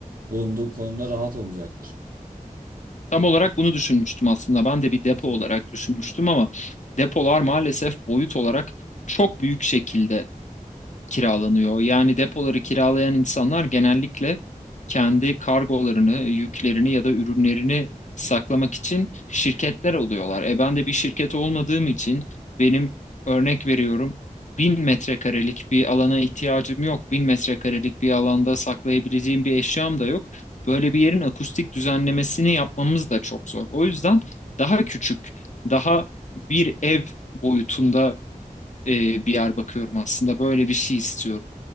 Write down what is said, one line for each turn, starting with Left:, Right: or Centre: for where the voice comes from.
Right: Bulunduğu konumda rahat olacaktır.
Left: Tam olarak bunu düşünmüştüm aslında. Ben de bir depo
Right: <laughs>
Left: olarak düşünmüştüm ama depolar maalesef boyut olarak çok büyük şekilde kiralanıyor. Yani depoları kiralayan insanlar genellikle kendi kargolarını, yüklerini ya da ürünlerini saklamak için şirketler oluyorlar. E ben de bir şirket olmadığım için benim örnek veriyorum 1000 metrekarelik bir alana ihtiyacım yok. bin metrekarelik bir alanda saklayabileceğim bir eşyam da yok. Böyle bir yerin akustik düzenlemesini yapmamız da çok zor. O yüzden daha küçük, daha bir ev boyutunda e, bir yer bakıyorum aslında. Böyle bir şey istiyorum.